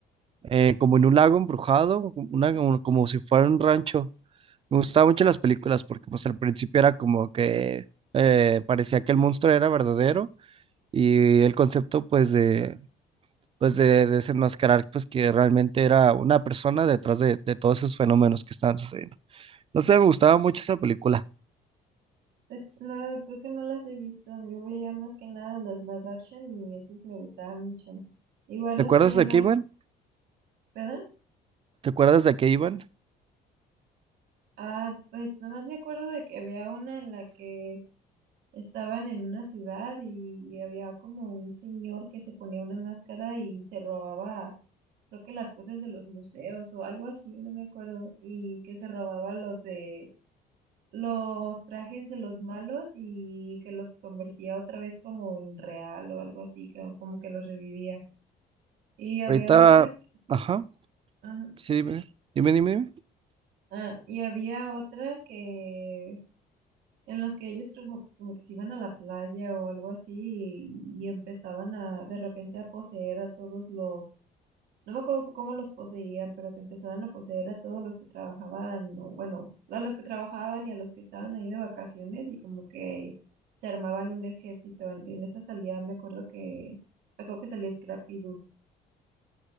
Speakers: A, on the right; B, on the right.
A: eh, como en un lago embrujado, una, como como si fuera un rancho. Me gustaban mucho las películas porque pues al principio era como que eh, parecía que el monstruo era verdadero y el concepto pues de pues de desenmascarar pues que realmente era una persona detrás de, de todos esos fenómenos que estaban sucediendo. No sé, me gustaba mucho esa película.
B: Pues no, creo que no las he visto. Yo veía más que nada las live action y esas me gustaban mucho. Igual
A: ¿Te
B: no
A: acuerdas
B: estaría
A: de
B: mal,
A: qué iban?
B: ¿verdad?
A: ¿Te acuerdas de qué iban?
B: Ah, pues nomás me acuerdo de que había una en la que Estaban en una ciudad y había como un señor que se ponía una máscara y se robaba, creo que las cosas de los museos o algo así, no me acuerdo, y que se robaba los de los trajes de los malos y que los convertía otra vez como en real o algo así, que- como que los revivía. Y había
A: Ahorita,
B: otra, que-
A: ajá,
B: ajá,
A: sí, dime, dime, dime. dime.
B: ah, y había otra que en los que ellos como, como que se iban a la playa o algo así y, y empezaban a de repente a poseer a todos los, no me acuerdo cómo los poseían, pero que empezaban a poseer a todos los que trabajaban, o bueno, a los que trabajaban y a los que estaban ahí de vacaciones y como que se armaban un ejército. En, en esa salida me acuerdo que, me acuerdo que salía Scrappy Doo.